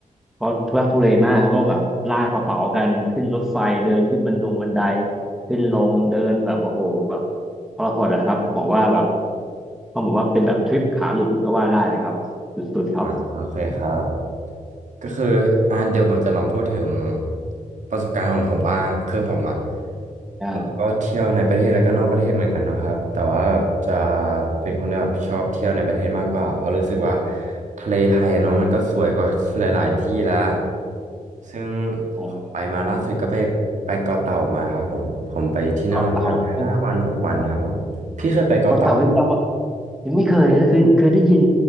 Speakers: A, in the centre; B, on the right.
A: เพราะทุรักทุเลมากเขาต้องแบบลากกระเป๋ากันขึ้นรถไฟเดินขึ้นบันดงบันไดขึ้นลงเดินแบบโอ้โหแบบทรหดอะครับบอกว่าแบบต้องบอกว่าเป็นแบบทริปขาหลุดก็ว่าได้นะครับสุดๆครับ
B: อ่าโอเคครับ ก็คืออ่าเดี๋ยวผมจะลองพูดถึงประสบการณ์ของผมบ้างคือผมอ่ะ
A: ได้
B: แล้วก็เที่ยวในประเทศแล้วก็นอกประเทศเหมือนกันเนาะครับแต่ว่าแบบจะเป็นคนที่แบบชอบเที่ยวในประเทศมากกว่าเพราะรู้สึกว่าทะเลไทยอะเนาะมันก็สวยกว่าหลายๆที่แล้วซึ่ง
A: อ๋อ
B: ผมไปมาล่าสุดก็ไปไปเกาะเต่ามาครับผมผมไปที่นั่นมาประมาณห้าวันหกวันครับผมพี่เคยไปเกาะเต่า
A: เกาะเต่าใช่ไหมครับอ๋อเกาะเต่ายังจำยังไม่เคยนะคือเคยได้ยิน